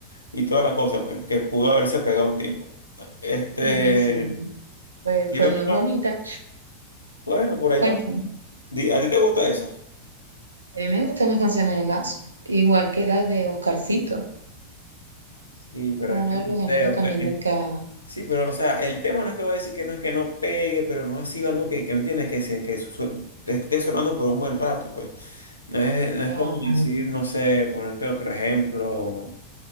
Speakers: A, on the left; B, on the right.
A: y toda la cosa, pues, que pudo haberse pegado un tiempo. Este,
B: Sí, sí. Pues
A: y
B: fue
A: otra-
B: muy bonita.
A: bueno, por ahí
B: Cuéntame,
A: también. Di- ¿A ti te gusta eso?
B: a mí me gustan las canciones de Lazo, igual que las de Oscarcito,
A: Sí, pero
B: que es uno
A: es que
B: de
A: no
B: los
A: sé,
B: géneros
A: Oscar,
B: también de acá,
A: Sí, pero o sea, el tema no es que voy a decir que no es que no pegue, pero no ha sido algo que, que me entiendes, que se que su- su- te esté sonando por un buen rato, pues. No es, no
B: la-
A: es como decir, no sé, ponerte otro ejemplo.